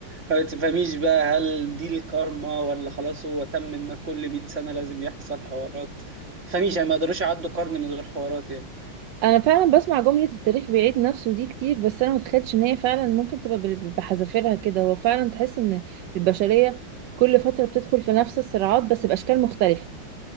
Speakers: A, on the right; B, on the right.
A: ما تفهميش بقى هل دي الكارما ولا خلاص هو تم ان كل 100 سنة لازم يحصل حوارات فمش يعني ما قدروش يعدوا قرن من غير حوارات يعني
B: انا فعلا بسمع جمله التاريخ بيعيد نفسه دي كتير بس انا متخيلش ان هي فعلا ممكن تبقى بال- بحذافيرها كده هو فعلا تحس ان البشريه كل فتره بتدخل في نفس الصراعات بس باشكال مختلفه